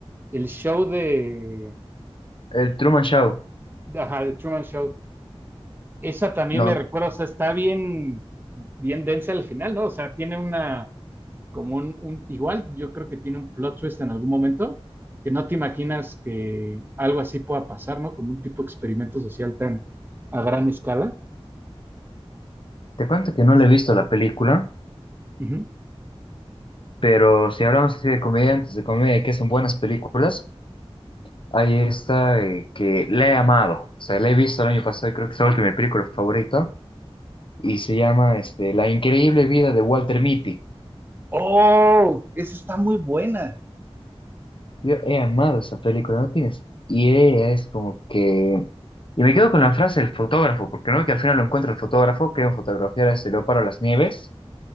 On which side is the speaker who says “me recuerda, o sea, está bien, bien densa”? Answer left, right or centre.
Right